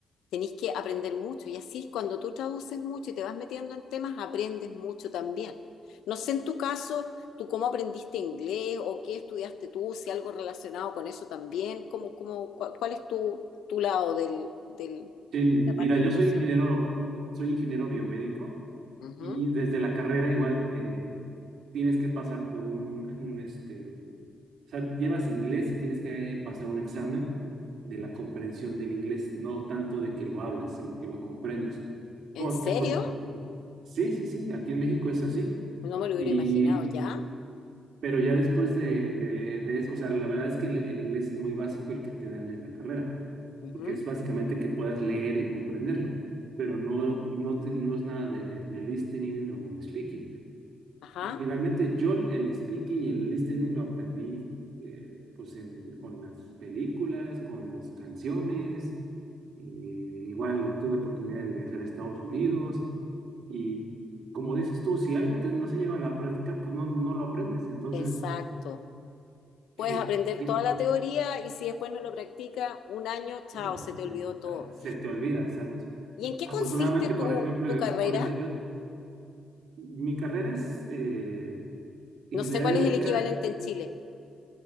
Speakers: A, on the left; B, on the right.
A: tenés que aprender mucho. Y así cuando tú traduces mucho y te vas metiendo en temas, aprendes mucho también. No sé en tu caso, tú cómo aprendiste inglés o qué estudiaste tú, si algo relacionado con eso también, cómo, cómo, cuál, cuál es tu, tu lado del, del-
B: Sí, mira,
A: de la parte
B: yo
A: de educación.
B: soy ingeniero, soy ingeniero biomédico
A: Ujú.
B: y desde la carrera igual eh, tienes que pasar por un, un, este, O sea, llevas inglés y tienes que pasar un examen de la comprensión del inglés, no tanto de que lo hablas, sino que lo comprendes.
A: ¿En
B: Porque,
A: serio?
B: pues, sí, sí, sí, aquí en México es así.
A: No me lo
B: Y,
A: hubiera imaginado ya.
B: pero ya después de, de, de eso, o sea, la verdad es que el, el inglés es muy básico el que te dan en la carrera,
A: Ujú.
B: porque es básicamente que puedas leer y comprenderlo, pero no, no, te- no es nada de, de listening o speaking.
A: Ajá,
B: Finalmente, yo el speaking y el listening lo aprendí eh, pues en- con las películas, con las canciones. eh, igual tuve oportunidad de viajar a Estados Unidos y como dices tú, si algo que no se lleva a la práctica, pues no, no lo aprendes. Entonces,
A: exacto. Puedes
B: eh,
A: aprender
B: pi-
A: toda la teoría y si después no lo practicas, un año, chao,
B: mm,
A: se te olvidó
B: es-
A: todo.
B: ah, se te olvida, exacto.
A: ¿Y en qué
B: Afortunadamente,
A: consiste tu,
B: por ejemplo,
A: tu
B: eh,
A: carrera?
B: ahorita yo, mi carrera es eh, ingeniería
A: No sé cuál
B: biomédica.
A: es el equivalente en Chile.